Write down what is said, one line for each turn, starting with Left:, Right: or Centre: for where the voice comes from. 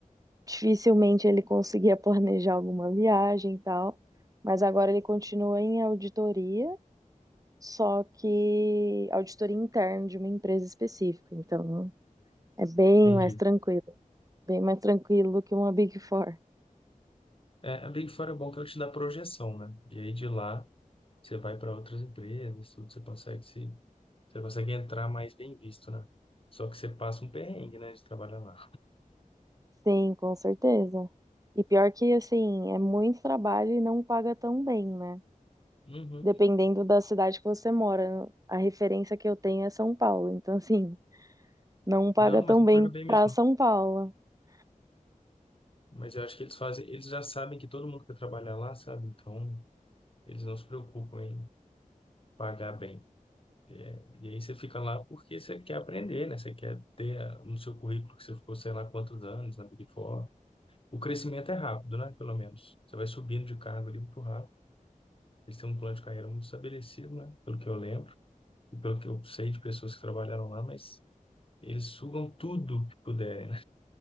Right: Dificilmente ele conseguia <laughs> planejar alguma viagem e tal. Mas agora ele continua em auditoria só que auditoria interna de uma empresa específica. Então, é bem
Left: entendi.
Right: mais tranquilo, bem mais tranquilo do que uma Big Four.
Left: É, a Big Four é bom que ela te dá projeção, né? E aí de lá você vai para outras empresas, tudo, você consegue se Você consegue entrar mais bem visto, né? Só que você passa um perrengue, né, de trabalhar lá.
Right: Sim, com certeza. E pior que, assim, é muito trabalho e não paga tão bem, né?
Left: Uhum.
Right: Dependendo da cidade que você mora. A referência que eu tenho é São Paulo. Então, assim, não paga
Left: Não,
Right: tão
Left: mas não
Right: bem
Left: paga bem mesmo.
Right: pra São
Left: não.
Right: Paulo. <laughs>
Left: Mas eu acho que eles fazem, eles já sabem que todo mundo quer trabalhar lá, sabe? Então, eles não se preocupam em pagar bem. É, e aí você fica lá porque você quer aprender, né? Você quer ter ah, no seu currículo que você ficou, sei lá, quantos anos na Big Four. O crescimento é rápido, né? Pelo menos. Você vai subindo de cargo ali muito rápido. Eles têm um plano de carreira muito estabelecido, né? Pelo que eu lembro e pelo que eu sei de pessoas que trabalharam lá, mas Eles sugam tudo que puderem, né?